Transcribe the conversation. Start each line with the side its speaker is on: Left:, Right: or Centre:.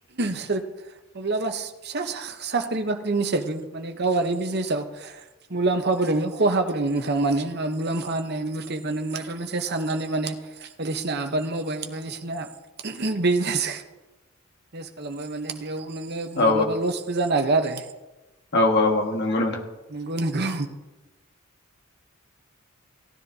Right: सोर माब्लाबा फिसा साख्रि बाख्रिनिसबो माने गावारि बिजनेसाव मुलाम्फाबो दंङो खहाबोदङो नोंथां मान मुलाम्फा होननाय मथेबा नों म माबा मोनसे साननानै माने बायदिसिना आबाद मावबाय बायदिसिना बिजनेस लस खालामबाय माने बेयाव नोङो
Left: औ
Right: माब्लाबा लसबो जानो हागोन आरो
Left: औ औ औ नंगौ
Right: नंगौ नंगौ